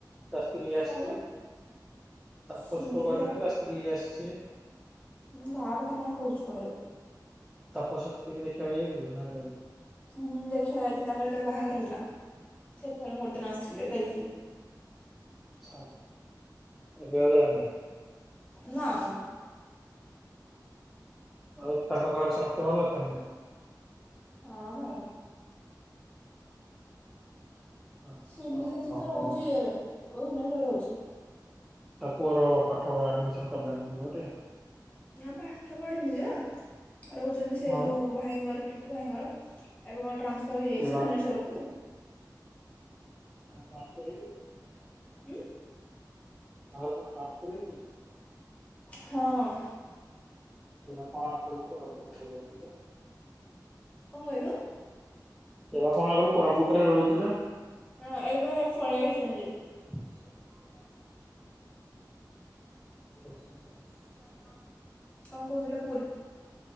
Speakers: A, in the centre; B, on the left.
A: ତା ସ୍ତ୍ରୀ ଆସଛି।
B: କହିବ
A: ତାପସ
B: ସିଏ
A: କୁ କହିଲନି ତା ସ୍ତ୍ରୀ ଆସଛି।
B: ମୁଁ ତା କଥା କାହିଁ କହୁଛୁ କହିଲୁ?
A: ତାପସ ସ୍ତ୍ରୀ କୁ ଦେଖିବାକୁ ଯାଇଥିଲୁ ନା ଯାଇନୁ?
B: ଦେଖିବାକୁ ଯାଇଥିଲି ତାଙ୍କର ଯେତେବେଳେ ବାହା ଘର ହେଇଥିଲା। ସେତେବେଳେ ମୁ ଗୋଟେଦିନ ଆସିଥିଲି ଯେତେ ବେଳେ ଥିଲି।
A: ଛ ଏବେ ଆଉ ଯାଇନ।
B: ନାଇ।
A: ଆଉ ତାଙ୍କ ଘରେ ସମସ୍ତେ ଭଲ ଅଛନ୍ତି।
B: ହଁ ଭଲ।
A: ଆଚ୍ଛା
B: ସିଲି ଦିଦି ତ
A: ହଁ
B: ରହୁଛି ଇଏରେ ଭୁବନେଶର ରହୁଛି।
A: ତା ପୁଅର ପାଠ ଆଡମିସନ କଲାଣି କି କୋଉଠି।
B: ନାଁ ପାଠ ପଢିନି ଯେ ରହୁଛନ୍ତି ସେ
A: ଆଉ
B: ଯୋଉ ଭାଇଙ୍କର ଟିଟୁ ଭାଇଙ୍କର। ଏବେ କଣ ଟ୍ରାନ୍ସଫର୍ ହେଇଯାଇଛି
A: ଏ ବା
B: ଭୁବନେଶ୍ଵର କୁ।
A: ତାଙ୍କର ଟ୍ରାଂଶପର ହେଇଯାଇଛି।
B: ଉଁ।
A: ତାଙ୍କର କଣ ଟ୍ରାଶପର ହେଇଯାଇଛି।
B: ହଁ।
A: ସେ ବା କଣ ଆଗରୁ କୋରାପୁଟ ରେ ରହୁଥିଲେ।
B: କଣ କହିଲୁ
A: ସେବା କଣ ଆଗରୁ କୋରାପୁଟ ରେ ରହୁଥିଲେ।
B: ହଁ ଏବେ ପଳେଇ ଆଈଚନ୍ତି।
A: ହ ଆଛା।
B: କଣ କହୁଥିଲ।